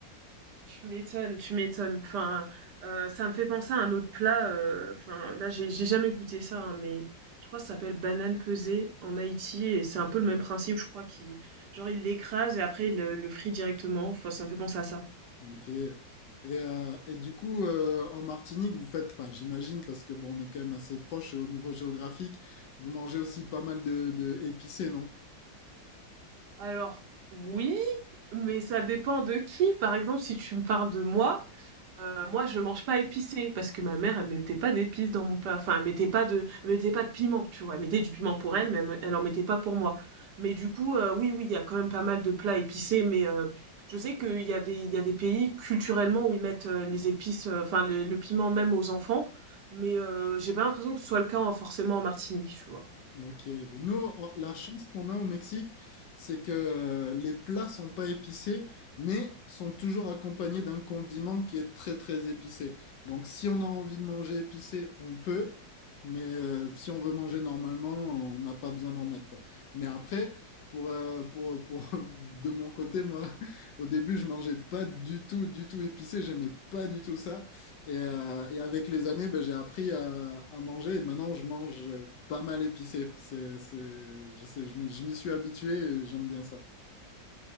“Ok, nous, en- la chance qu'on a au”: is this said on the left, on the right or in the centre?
Left